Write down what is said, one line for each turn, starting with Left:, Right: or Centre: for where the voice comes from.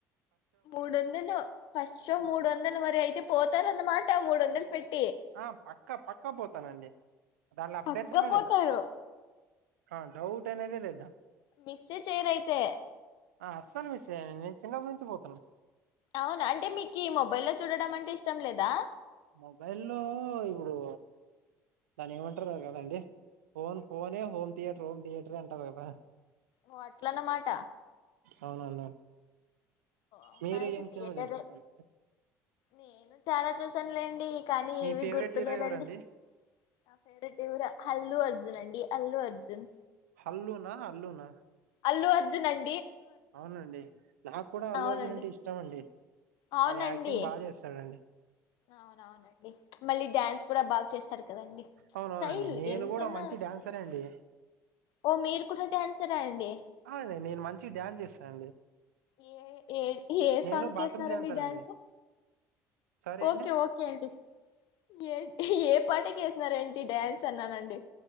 Left: మూడు వందలు ఫస్ట్ షో మూడు వందలు మరి అయితే పోతారన్నమాట మూడు వందల పెట్టి
Right: ఆ పక్కా పక్కా పోతానండి దానిలో
Left: పక్క
Right: అభ్యంతరమే
Left: పోతారు
Right: లేదు ఆ డౌట్ అనేదే లేదు దాం
Left: మిస్సే చేయరైతే
Right: అస్సను విషయం చిన్నప్ప నుంచి పోతున్నా
Left: అవునా అంటే మీకు ఈ మొబైల్ లో చూడడం అంటే ఇష్టం లేదా
Right: మొబైల్లో ఇప్పుడు దాని ఏమంటారు కదండి ఫోన్ ఫోనే హోమ్ థియేటర్ హోమ్ థియేటర్ అంటారు కదా
Left: ఓ అట్లన్న మాట
Right: అవునన్నా
Left: అవునా
Right: మీరు
Left: అయితే
Right: ఏం
Left: థియేటరే
Right: సినిమా చూసినారండి
Left: నేను చాలా చూసానులేండి కానీ
Right: మీ
Left: ఏవి
Right: ఫేవరెట్
Left: గుర్తులేదండి.
Right: హీరో ఎవరండి
Left: నా ఫేవరెట్ హల్లు అర్జున్ అండి అల్లు అర్జున్
Right: హల్లునా అల్లునా
Left: అల్లు అర్జున్ అం
Right: అవునండి నాకు కూడా అల్లు
Left: అవునండి
Right: అర్జున్ అంటే ఇష్టం అండి
Left: అవునండి
Right: వాడు యాక్టింగ్ బాగా చేస్తాడండి
Left: అవునవునండి మళ్ళీ డ్యాన్స్ కూడా బాగా చేస్తారు కదండి
Right: అవునవునండి
Left: స్టైల్
Right: నేను
Left: ఎంతైనా
Right: కూడా మంచి
Left: స్టైల్
Right: డ్యాన్సర్ అండి
Left: ఓ మీరు కూడా డ్యాన్సరా అండి
Right: అవునండి నేను మంచి డ్యాన్స్ చేస్తానండి
Left: ఏ ఏ ఏ
Right: నేను
Left: సాంగ్ కి
Right: బాత్రూమ్
Left: ఏస్తారండి
Right: డాన్సర్
Left: డ్యాన్సు
Right: అండి సరే
Left: ఓకే
Right: అండి
Left: ఓకే అండి ఏ ఏ పా ట కేసినారెంటి డ్యాన్స్ అన్నానండి